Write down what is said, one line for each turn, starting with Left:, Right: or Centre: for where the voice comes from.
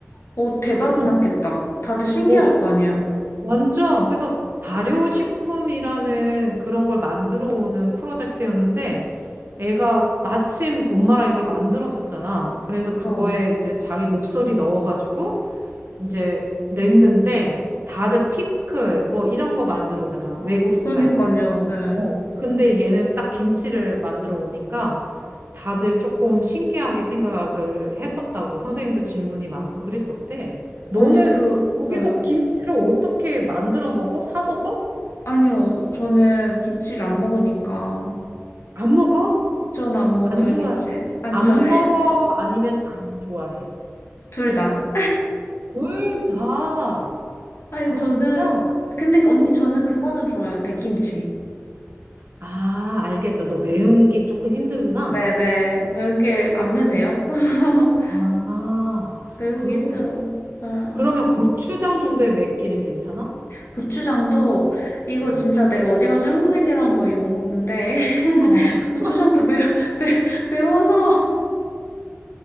Left: 어, 대박
Right: 어,
Left: 났겠다. 다들 신기할
Right: 오,
Left: 거 아니에요.
Right: 완전. 그래서 발효식품이라는 그런 걸 만들어 오는 프로젝트였는데 애가 마침 엄마랑 이걸 만들었었잖아. 그래서 그거에
Left: 어,
Right: 이제 자기 목소리 넣어가지고 이제 냈는데 다들 피클 뭐 이런 거 만들어 오잖아. 외국 스타일에.
Left: 그러니까요. 네.
Right: 어. 근데 얘는 딱 김치를 만들어 오니까 다들 조금 신기하게 생각을 했었다고. 선생님도 질문이 많고 그랬었대. 너는
Left: 아니, 그,
Right: 거기서
Left: 네.
Right: 김치를 어떻게 만들어 먹어? 사 먹어?
Left: 아니요. 저는 김치를 안 먹으니까.
Right: 안 먹어?
Left: 저는 안 먹어요,
Right: 안 좋아?
Left: 김치. 안
Right: 안
Left: 좋아해요.
Right: 먹어? 아니면 안 좋아해?
Left: 둘 다.
Right: 둘 다.
Left: 아니,
Right: 아,
Left: 저는,
Right: 진짜?
Left: 근데 언니, 저는 그거는 좋아요. 백김치.
Right: 아, 알겠다. 너 매운 게 조금 힘들구나.
Left: 네네. 매운 게 안 드네요. <laughs>
Right: 아,
Left: 매운
Right: 그렇구나.
Left: 게 힘들어. 응.
Right: 그러면 고추장 정도의 맵기는 괜찮아?
Left: 고추장도, 이거
Right: 응.
Left: 진짜 내가 어디 가서 한국인이라면 욕먹는데, <laughs>
Right: 어.
Left: 고추장도
Right: <laughs>
Left: 매, 매, 매워서.